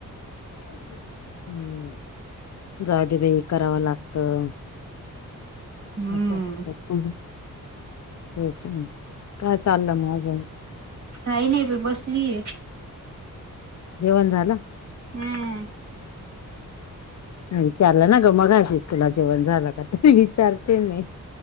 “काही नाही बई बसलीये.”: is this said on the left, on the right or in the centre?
Right